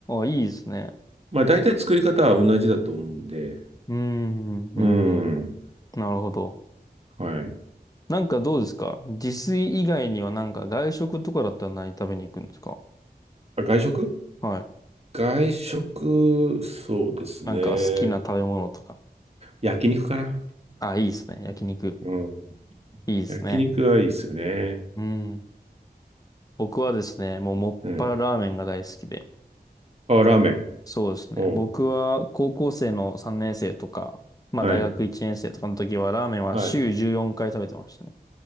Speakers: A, on the left; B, on the right.
A: いいですね。
B: まあ、大体作り方は同じだと思うんで。
A: うーん、うん、うん。
B: うん。
A: うんなるほど。
B: はい。
A: なんかどうですか自炊以外にはなんか外食とかだったら何食べに行くんですか
B: あ、外食
A: はい。
B: 外食、そうですね。
A: なんか好きな食べ物とか。
B: 焼肉かな。
A: あ、いいですね。焼肉。
B: うん。
A: いいですね。
B: 焼肉はいいですよね。
A: うん。僕はですね、もうもっぱらラーメンが大好きで。
B: うん。あ、ラーメン。
A: そうですね。
B: うん。
A: 僕は高校生の3年生とか、まあ大学1年生とかの時はラーメンは週14回食べてましたね。
B: はい。はい。